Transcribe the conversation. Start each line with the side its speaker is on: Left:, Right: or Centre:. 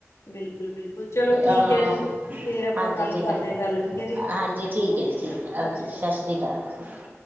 Left: ਬਿਲਕੁਲ-ਬਿਲਕੁਲ ਚਲੋ ਠੀਕ
Right: ਹਹ
Left: ਹੈ ਜੀ ਫੇਰ ਆਪਾਂ
Right: ਹਾਂਜੀ
Left: ਕੱਲ
Right: ਠੀਕ
Left: ਕਰਦੇ
Right: ਹੈ,
Left: ਹਾਂ ਗੱਲ ਠੀਕ ਹੈ ਜੀ।
Right: ਹਾਂਜੀ ਠੀਕ
Left: ਓਕੇ
Right: ਹੈ।
Left: ਜੀ
Right: ਠੀਕ
Left: ਸਤਿ
Right: ਹੈ, ਓਕੇ,
Left: ਸ਼੍ਰੀ ਅਕਾਲ
Right: ਸਤਿ ਸ੍ਰੀ
Left: ਜੀ।
Right: ਆਕਾਲ ਜੀ।